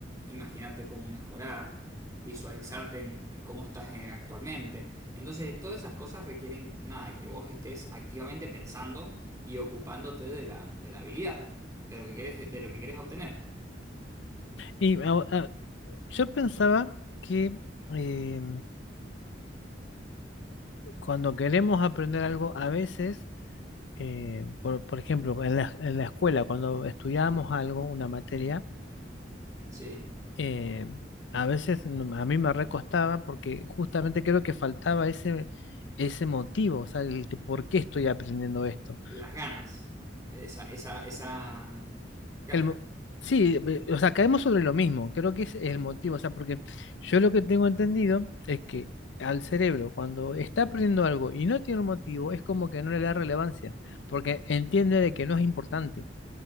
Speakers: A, on the right; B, on the left.
A: imaginarte cómo mejorar, visualizarte en en cómo estás eh, actualmente. Entonces, todas esas cosas requieren, nada, que vos estés activamente pensando y ocupándote de la, de la habilidad, de lo que querés, de lo que querés obtener.
B: Y a- a- Yo pensaba que eh, cuando queremos aprender algo, a veces, eh, por, por ejemplo, en la, en la escuela, cuando estudiábamos algo, una materia,
A: Sí,
B: eh, a veces no- a mí me recostaba porque justamente creo que faltaba ese, ese motivo, o sea, el que, ¿por qué estoy aprendiendo esto?
A: las ganas. Esa, esa, esa, mm, claro,
B: El, mo- sí, ve- o sea, caemos sobre lo mismo, creo que ese es el motivo, o sea, porque yo lo que tengo entendido es que al cerebro, cuando está aprendiendo algo y no tiene un motivo, es como que no le da relevancia, porque entiende de que no es importante.